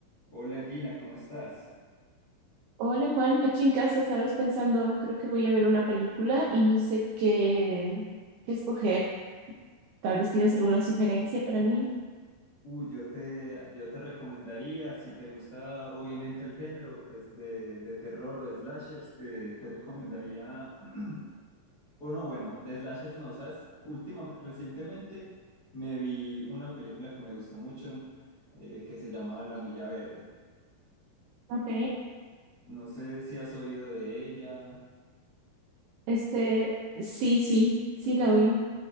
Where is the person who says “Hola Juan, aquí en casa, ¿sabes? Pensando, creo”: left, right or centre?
Right